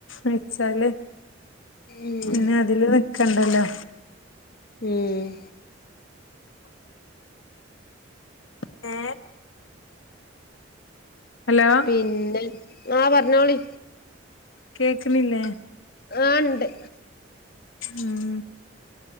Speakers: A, on the left (about 90°); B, on the left (about 50°).
A: വച്ചാല്
B: ഉം
A: പിന്നെ അതില് ന്ന്ക്കണ്ടല്ലോ
B: ഉം
A: ഏ ഹലോ
B: പിന്നെ ആ പറഞ്ഞോളി
A: കേക്ക് ന്നില്ലേ
B: ആ ണ്ട്
A: ഉം